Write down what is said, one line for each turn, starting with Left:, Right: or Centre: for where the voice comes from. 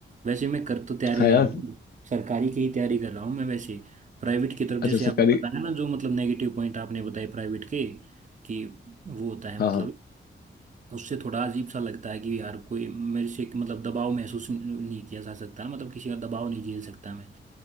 Right: वैसे मैं कर तो तैयारी
Left: हाँ
Right: रहा
Left: यार
Right: हूँ सरकारी की ही तैयारी कर रहा हूँ मैं वैसे प्राइवेट की तरफ जैसे
Left: अच्छा सरकारी
Right: आपने बताया ना जो मतलब नेगेटिव पॉइंट आपने बताए प्राइवेट के कि वो होता है
Left: हाँ
Right: मतलब
Left: हाँ।
Right: उससे थोड़ा अजीब सा लगता है कि यार कोई मेरे से एक मतलब दबाव महसूस नहीं किया जा सकता ना मतलब किसी का दबाव नहीं झेल सकता मैं